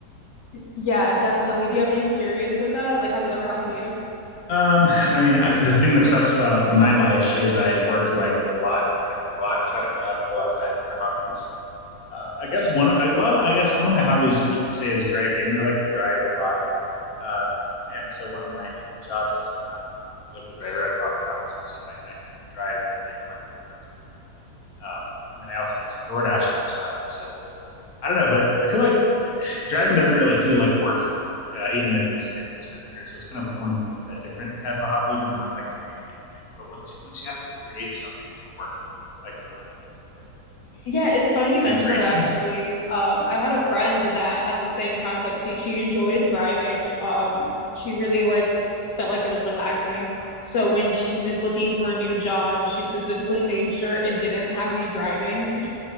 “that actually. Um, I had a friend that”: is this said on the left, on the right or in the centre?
Left